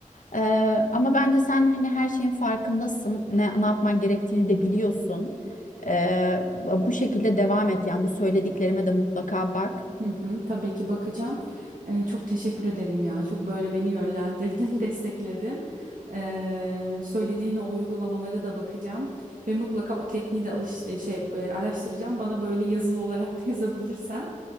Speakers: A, on the left; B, on the right.
A: E, ama bence sen hani her şeyin farkındasın, ne ne yapman gerektiğini de biliyorsun. E, bu şekilde devam et yani bu söylediklerime de mutlaka bak.
B: Hı hı, tabii ki bakacağım. Ee, çok teşekkür ederim ya. Çok böyle beni yönlendirdin, <laughs> destekledin. Ee, söylediğin o uygulamalara da bakacağım ve mutlaka o tekniği de alış e, şey e, araştıracağım. Bana böyle yazılı olarak da <laughs> yazabilirsen